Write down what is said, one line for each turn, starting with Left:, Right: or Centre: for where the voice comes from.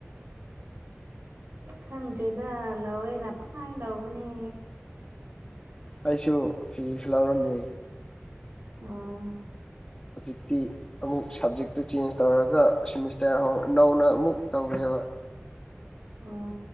Right: ꯈꯪꯗ꯭ꯔꯦꯗ ꯂꯧꯋꯦꯅ ꯄꯪꯍꯥꯏ ꯂꯧꯕꯅꯤ꯫
Left: ꯑꯩꯁꯨ ꯐꯤꯖꯤꯛꯁ ꯂꯧꯔꯝꯃꯤ꯫
Right: ꯑꫭ꯫
Left: ꯍꯧꯖꯤꯛꯇꯤ ꯑꯃꯨꯛ ꯁꯕꯖꯦꯛꯇꯨ ꯆꯦꯟꯖ ꯇꯧꯔꯒ ꯁꯤꯦꯃꯤꯁꯇꯔ ꯅꯧꯅ ꯑꯃꯨꯛ ꯇꯧꯔꯦꯕ
Right: ꯑꯣ